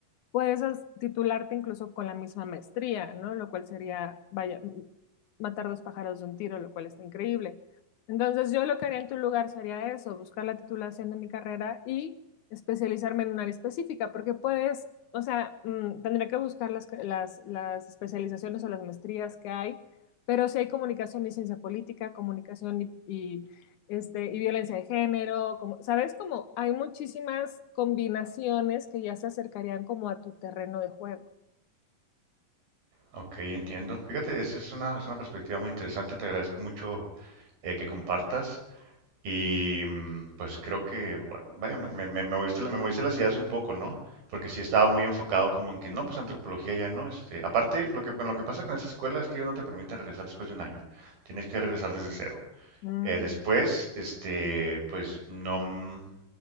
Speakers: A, on the left; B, on the right.
A: puedes titularte incluso con la misma maestría, ¿no? Lo cual sería, vaya, matar dos pájaros de un tiro, lo cual está increíble. Entonces, yo lo que haría en tu lugar sería eso, buscar la titulación de mi carrera y especializarme en un área específica, porque puedes, o sea, mm, tendría que buscar las, las, las especializaciones o las maestrías que hay pero sí hay comunicación y ciencia política, comunicación y, y, este, y violencia de género, como, ¿sabes? Como hay muchísimas combinaciones que ya se acercarían como a tu terreno de juego.
B: Ok, entiendo. Fíjate, esa es una, es una perspectiva muy interesante. Te agradezco mucho eh, que compartas. Y mm, pues creo que, va- vaya, me, me, me- me moviste la, me moviste las ideas un poco, ¿no? Porque sí estaba muy enfocado como en que, no, pues antropología ya no. Este, aparte, lo que, bueno, lo que pasa con esa escuela es que ellos no te permiten regresar después de un año. Tienes que regresar desde cero.
A: Mm,
B: Eh, después, este, pues no, mm,